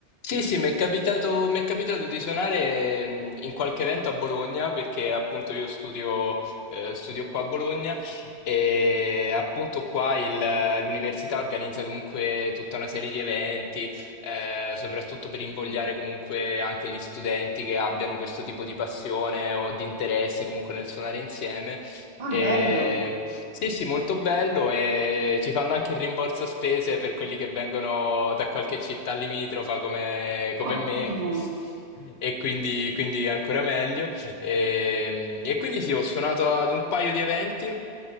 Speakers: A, on the left (about 65°); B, on the right (about 40°).
A: Sì, sì, mi è capitato, mi è capitato di suonare mh, in qualche evento a Bologna perché appunto io studio, eh, studio qua a Bologna e appunto qua il- l'università organizza comunque tutta una serie di eventi, eh, soprattutto per invogliare comunque anche gli studenti che abbiano questo tipo di passione o di interesse comunque nel suonare insieme
B: Ah,
A: e-
B: bello,
A: Sì, sì, molto bello e ci fanno anche il rimborso spese per quelli che vengono da qualche città limitrofa come, come
B: ottimo.
A: me e quindi, quindi è ancora meglio. E, e quindi sì, ho suonato ad un paio di eventi.